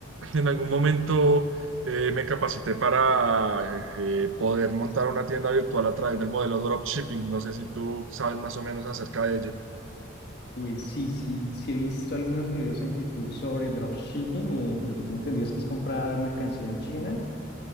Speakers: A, on the right; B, on the left.
A: En algún momento eh, me capacité para eh, eh, poder montar una tienda virtual a través del modelo dropshipping. No sé si tú sabes más o menos acerca de ello.
B: Pues sí, sí, sí he visto algunos videos en YouTube sobre dropshipping, eh, pues lo que tengo entendido es que es comprar mercancía en China